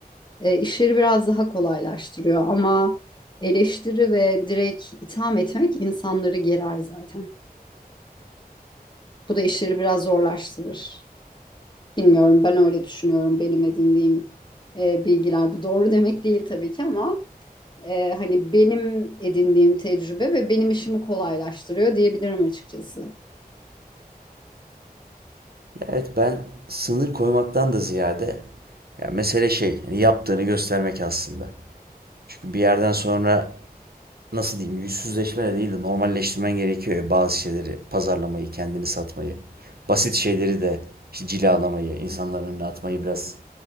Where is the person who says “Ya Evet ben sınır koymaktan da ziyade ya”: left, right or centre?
Right